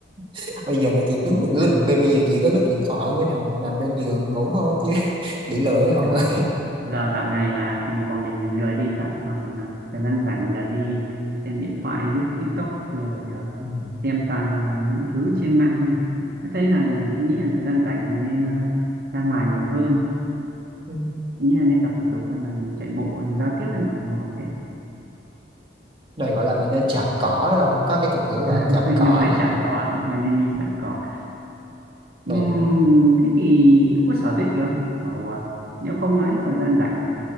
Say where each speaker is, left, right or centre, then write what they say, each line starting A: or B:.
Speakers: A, on the right; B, on the right.
A: <laughs> bây giờ là chỉ cứ
B: hồi
A: lướt lướt-
B: xưa
A: bây bây giờ chỉ có lướt điện thoại với nằm nằm trên giường ngủ thôi chứ <laughs> bị lười không
B: trời
A: ơi
B: giờ dạo này là bọn mình lười đi thật còn à, thời gian rảnh là đi xem điện thoại lướt TikTok rồi à,
A: <laughs>
B: xem toàn à, những thứ trên mạng thôi tôi thấy là tôi nghĩ là thời gian rảnh mình nên à, ra ngoài nhiều hơn
A: Ừ.
B: Tôi nghĩ là nên tập thể dục hay là mình chạy bộ giao tiếp với mọi người đấy.
A: này gọi là mình nên chạm cỏ đó không có cái thuật ngữ gọi là
B: <laughs>
A: chạm cỏ
B: Nếu người chạm cỏ nếu người nên đi chạm cỏ Ừm,
A: này
B: thế thì cũng có sở thích gì không? Kiểu, à, nếu không nói thời gian rảnh